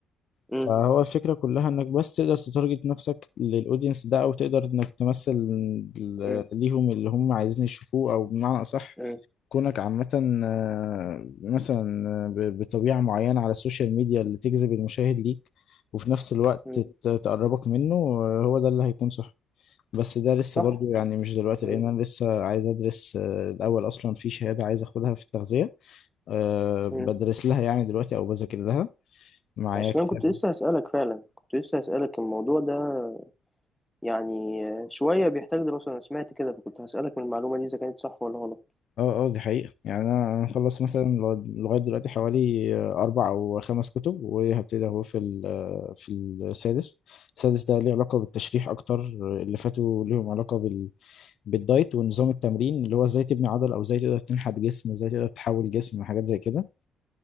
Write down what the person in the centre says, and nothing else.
مم.
مم.
مم.
مم.
صح
مم.
مم.
اصلا
كنت لسه هسألك فعلا كنت لسه هسألك الموضوع ده يعني شوية بيحتاج دراسة أنا سمعت كده فكنت هسألك من المعلومة دي إذا كانت صح ولا غلط